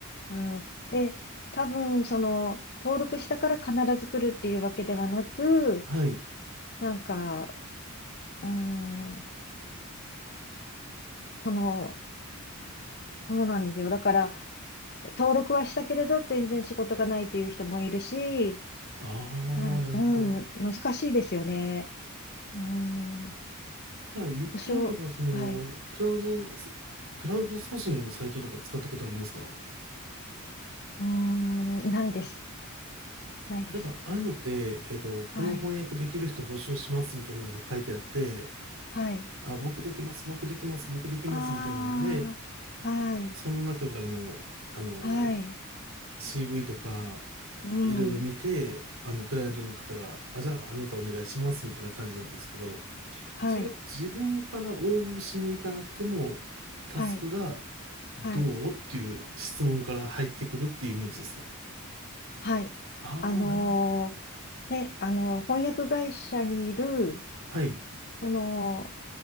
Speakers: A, on the left; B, on the right.
A: うん。で、多分、その、登録したから必ず来るっていうわけではなく、
B: はい。
A: なんか、うんその、そうなんですよ。だから、登録はしたけれど、全然仕事がないっていう人もいるし、
B: あ
A: はい、
B: あ、なるほど。
A: うん、む難しいですよね。うん、保
B: じゃあ、言ってみれば、
A: 証、
B: その、
A: はい、
B: クラウド、クラウドソーシングのサイトとか使ったことありますか
A: うん、ないです。ないです。
B: なんか、ああいうのって、えっと、この翻訳できる人募集しますみたいなのが書いてあって、
A: はい、はい。
B: あ、僕できます、僕できます、僕できます、
A: ああ、
B: みたいなんで、
A: はい、
B: その中からの、あの、
A: はい、
B: CV とか、
A: うん、
B: いろいろ見て、
A: うん、
B: あの、クライアントの方が、あ、じゃあ、あなたお願いします、みたいな感じなんですけど、
A: はい、
B: それを自分から応募しに行かなくても、タスクが、
A: はい、
B: どうっていう質問から入ってくるっていうイメージですか
A: はい、はい。
B: ああー、
A: あの
B: なるほど。
A: ー、えあのー、翻訳会社にいる、
B: はい、
A: その、